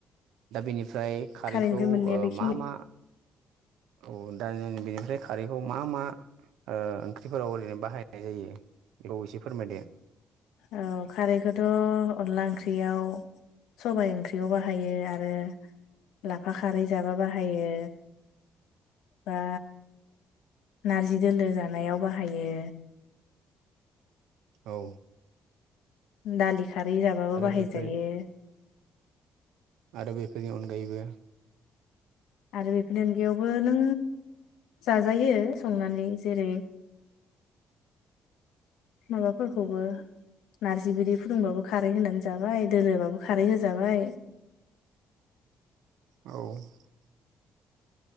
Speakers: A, on the right; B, on the left.
A: दा बेनि ओमफ्राय खारैखौ
B: खारैनिफ्राय
A: ओ
B: मोननाया बेखिनि
A: मा मा औ दा जों बेनिफ्राय खारैखौ मा मा ओ ओंख्रिफोराव ओरैनो बाहायनाय जायो बेखौ एसे फोरमायदो
B: औ खारैखौथ अनला ओंख्रियाव सबाइ ओंख्रियाव बाहायो आरो लाफा खारै जाबा बाहायो बा नारजि दोलो जानायाव बाहायो
A: औ
B: दालि खारै जाबाबो बाहायजायो
A: बेफोर आरो बेफोरनि अनगायैबो
B: आरो बेफोरनि अनगायावबो नों जाजायो संनानै जेरै माबाफोरखौबो नार्जि बिदै फुदुंबाबो खारै होनानै जाबाय दोलोबाबो खारै होजाबाय <inaudible>
A: औ